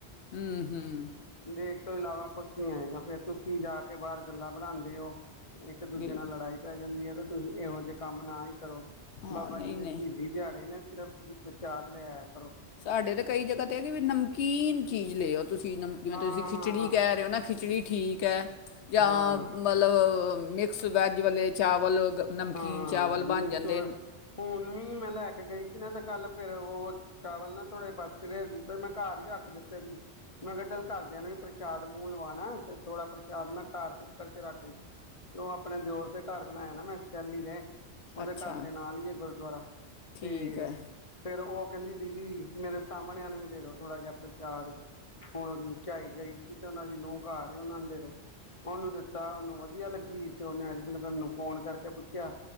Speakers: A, on the left; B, on the left.
A: ਹੂੰ ਹੂੰ
B: ਦੇਗ ਤੋਂ ਇਲਾਵਾ ਕੁਛ ਨੀ ਆਏਗਾ, ਫੇਰ ਤੁਸੀਂ ਜਾ ਕੇ ਬਾਹਰ ਗੱਲਾਂ ਬਣਾਉਂਦੇ ਹੋ। ਇੱਕ ਦੂਜੇ
A: ਬਿਲਕੁਲ
B: ਨਾਲ ਲੜਾਈ ਪੈ ਜਾਂਦੀ ਹੈ, ਤੇ ਤੁਸੀਂ ਇਹੋ ਜਿਹੇ ਕੰਮ ਨਾ ਹੀ ਕਰੋ
A: ਹਾਂ
B: ਬਾਬਾ
A: ਨਹੀਂ
B: ਜੀ ਦੇ
A: ਨਹੀਂ
B: ਸ਼ਹੀਦ ਦਿਹਾੜੇ ਨੇ ਸਿਰਫ ਤੁਸੀਂ ਪ੍ਰਸ਼ਾਦ ਲੈ ਆਇਆ ਕਰੋ।
A: ਸਾਡੇ ਤਾਂ ਕਈ ਜਗ੍ਹਾ ਤੇ ਹੈਗੇ ਵੀ ਨਮਕੀਨ ਚੀਜ਼ ਲੈਓ ਤੁਸੀਂ ਨਮ ਜਿਵੇਂ
B: ਹਾਂ
A: ਤੁਸੀਂ ਖਿਚੜੀ
B: ਹਾਂ
A: ਕਹਿ ਰਹੇ ਹੋ ਨਾ ਖਿਚੜੀ ਠੀਕ ਹੈ। ਜਾਂ
B: ਹਾਂ
A: ਮਤਲਬ ਮਿਕਸ ਵੈਜ ਵਾਲੇ ਚਾਵਲ। ਨਮਕੀਨ
B: ਹਾਂ
A: ਚਾਵਲ
B: ਉਨੀ
A: ਬਣ ਜਾਂਦੇ
B: ਸੌ
A: ਨੇ।
B: ਹੁਣ ਵੀ ਮੈਂ ਲੈ ਕੇ ਗਈ ਸੀ ਨਾ, ਤੇ ਕੱਲ ਫੇਰ ਉਹ ਚਾਵਲ ਨਾ ਥੋੜੇ ਬਚ ਰਹੇ ਸੀ। ਫਿਰ ਮੈਂ ਘਰ ਹੀ ਰੱਖ ਦਿੱਤੇ ਸੀ। ਮੈਂ ਕਿਹਾ ਚੱਲ ਘਰਦਿਆਂ ਨੂੰ ਵੀ ਪ੍ਰਸ਼ਾਦ ਮੂੰਹ ਲਵਾਉਣਾ ਤੇ ਥੋੜਾ ਪ੍ਰਸ਼ਾਦ ਮੈਂ ਘਰ ਕੁੱਕਰ 'ਚ' ਰੱਖ ਗਈ 'ਤੇ' ਉਹ ਆਪਣੇ ਦਿਓਰ ਤੇ ਘਰ ਬਣਾਇਆ ਨਾ ਮੈਂ ਚਲੀ ਦੇ ਉਹਦੇ
A: ਅੱਛਾ
B: ਘਰ ਦੇ ਨਾਲ ਹੀ ਹੈ ਗੁਰਦੁਆਰਾ
A: ਠੀਕ
B: ਤੇ
A: ਹੈ
B: ਫੇਰ ਉਹ ਕਹਿੰਦੀ ਦੀਦੀ ਮੇਰੇ ਸਾਹਮਣਿਆਂ ਨੂੰ ਵੀ ਦੇ ਦੋ ਥੋੜਾ ਜਿਹਾ ਪ੍ਰਸ਼ਾਦ। ਹੋਰ ਨੀਚੇ ਆਈ ਗਈ। ਤੇ ਉਹਨਾਂ ਦੀ ਨੂੰਹ ਘਰ ਆ ਉਹਨਾਂ ਨੂੰ ਦੇਦੋ ਉਹਨੂੰ ਦਿੱਤਾ ਉਹਨੂੰ ਵਧੀਆ ਲੱਗੀ ਤੇ ਉਹਨੇ ਅੱਜ ਫਿਰ ਫੋਨ ਕਰਕੇ ਪੁੱਛਿਆ,